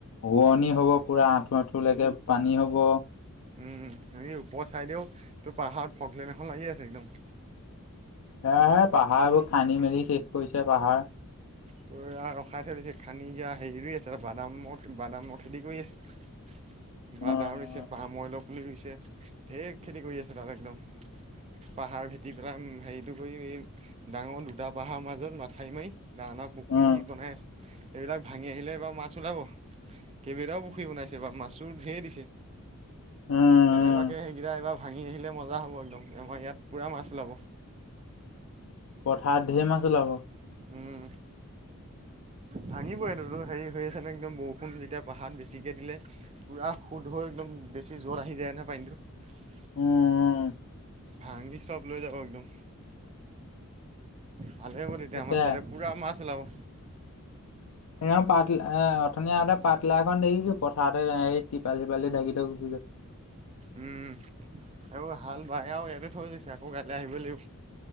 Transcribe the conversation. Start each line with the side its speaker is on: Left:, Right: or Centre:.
Left: ৰোৱনী হ'ব পুৰা আঁঠু আঁঠুলৈকে পানী হ'ব।
Right: উম হৰি ওপৰৰ চাইদেও তোৰ পাহাৰত ভকলেন এখন লাগি আছে একদম।
Left: এ পাহাৰবোৰ খান্দি মেলি শেষ কৰিছে পাহাৰ।
Right: তৰা ৰখাই থৈছে দিছে খানিকিয়া হেৰি ৰুই আছে বাদামৰ বাদামৰ খেতি কৰি আছে।
Left: <inaudible>
Right: বাদাম
Left: উম
Right: ৰুইছে পাম অইলৰ পুলি ৰুইছে, ঢেৰ খেতি কৰি আছে তাত একদম। পাহাৰ ভেটি পেলাই হেৰিটো কৰি ডাঙৰ দুটা পাহাৰ মাজত মাথাই মাৰি ডাঙৰ পুখুৰী
Left: উম
Right: বনাই আছে, সেইবিলাক ভাঙি আহিলে এইবাৰ মাছ ওলাব। কেইবেইটাও পুখুৰী বনাইছে বা মাছো ঢেৰ দিছে।
Left: উম
Right: কেনেবাকে সেইকেইটা এইবাৰ ভাঙি আহিলে মজা হ'ব একদম, আমাৰ ইয়াত পূৰা মাছ ওলাব।
Left: পথাৰত ঢেৰ মাছ ওলাব।
Right: উম। ভাঙিব এইটোতো হেৰি হৈ আছে নে একদম বৰষুণ যেতিয়া পাহাত বেছিকে দিলে। পুৰা সুদ হৈ একদম বেছি জ্বৰত আহি যায় নহয় পানীটো।
Left: উম।
Right: ভাঙি চব লৈ যাব একদম, ভালে কৰি এতিয়া
Left: তাকে
Right: আমাৰ। পুৰা মাছ ওলাব।
Left: <unintelligible> অথনি আহগতে পাতলা এখন দেখিছো পথাৰতে এইৰি তিপাল চিপালি ঢাকি থৈ গুচি গৈ
Right: উম আৰু হাল বাই আৰু এইটো থৈ গৈছে আকৌ কাইলৈ আহিবই লাগিব।